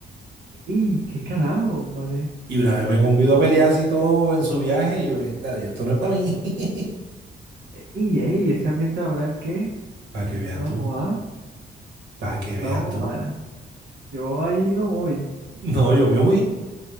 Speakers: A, on the right; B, on the right.
A: ¡Y qué carajo! Vale.
B: Y una vez me convidó a pelear así todo en su viaje, y yo, eh, dale, yo, esto no es para mí. <laughs>
A: ¡Y, ey! Ese ambiente laboral que
B: Para que veas
A: no
B: tú,
A: joda,
B: para que veas
A: no
B: tú.
A: para. Yo ahí no voy.
B: <laughs> No, yo me fui.